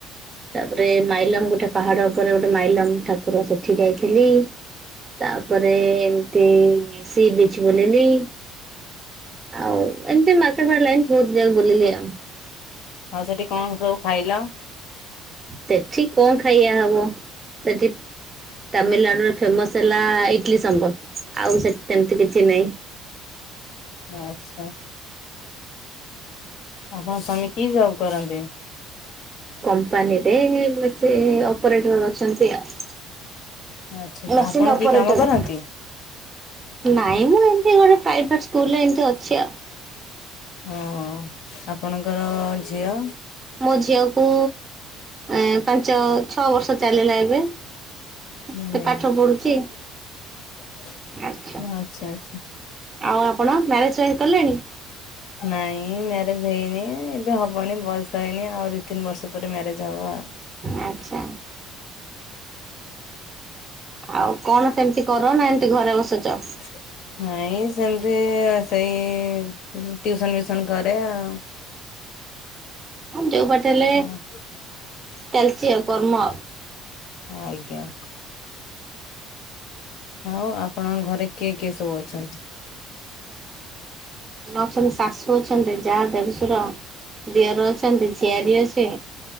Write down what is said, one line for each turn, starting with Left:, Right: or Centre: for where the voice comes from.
Right: ତାପରେ ମାଇଲମ ଗୋଟେ ପାହାଡ ଉପରେ ଗୋଟେ ମାଇଲମ ଠାକୁର ସେଠି ଯାଇଥିଲି। ତାପରେ ଏମତି ସି ବିଚ ବୁଲିଲି। ଆଉ ଏମିତି ମାର୍କେଟ ଫାର୍କେଟ ଲାଇନ୍ ବହୁତ ଜାଗା ବୁଲିଲି ଆଉ।
Left: ଆଉ ସେଠି କଣ ସବୁ ଖାଇଲ?
Right: ସେଠି କଣ ଖାଇବା ହବ ଯଦି ତାମିଲନାଡୁରେ ଫେମସ ହେଲା ଇଡଲି ସମ୍ବର ଆଉ ସେଠି ସେମତି କିଛି ନାହିଁ?
Left: ଆଚ୍ଛା। ଆପଣଙ୍କ ସ୍ୱାମୀ କି ଜବ କରନ୍ତି?
Right: କମ୍ପାନୀରେ ବ ସେ ଅପରେଟର ଅଛନ୍ତି ଆଉ।
Left: ଆଚ୍ଛା ଆଚ୍ଛା
Right: ମେସିନ
Left: ଆପଣ
Right: ଅପରେଟର
Left: କି କାମ କରନ୍ତି?
Right: ନାଇଁ ମ ଏମତି ଗୋଟେ ପ୍ରାଇଭେଟ ସ୍କୁଲ ଏମତି ଅଛି ଆଉ।
Left: ହଁ ଆପଣଙ୍କର ଝିଅ?
Right: ମୋ ଝିଅ କୁ ଏ ପାଞ୍ଚ ଛଅ ବର୍ଷ ଚାଲିଲା ଏବେ।
Left: ହୁଁ
Right: ସେ ପାଠ ପଢୁଛି। ଆଚ୍ଛା
Left: ଆଚ୍ଛା ଆଛା।
Right: ଆଉ ଆପଣ ମ୍ୟାରେଜ ଫ୍ୟାରେଜ୍ କଲେଣି?
Left: ନାଇଁ ମ୍ୟାରେଜ ହେଇନି ଏବେ ହବନି ବୟସ୍ ହେଇନି ଆଉ ଦୁଇ ତିନି ବର୍ଷ ପରେ ମ୍ୟାରେଜ ହବ ଆଉ।
Right: ଆଚ୍ଛା ଆଉ କଣ ସେମତି କର ନା ଏମତି ଘରେ ବସିଚ?
Left: <inaudible> ନାଇଁ ସେମିତି ସେଇ ଟ୍ୟୁସନ ଫସନ କରେ ଆଉ।
Right: ଆଉ ଯୋଉ ବାଟେ ହେଲେ
Left: ହଁ
Right: ଚାଲିଛି ଆଉ କର୍ମ।
Left: ଆଜ୍ଞା। ଆଉ ଆପଣଙ୍କ ଘରେ କିଏ କିଏ ସବୁ ଅଛନ୍ତି?
Right: ଅଛନ୍ତି ଶାଶୁ ଅଛନ୍ତି, ଯା, ଦେଡୁଶର, ଦିଅର ଅ ଅଛନ୍ତି ଝିଆରି ଅଛି,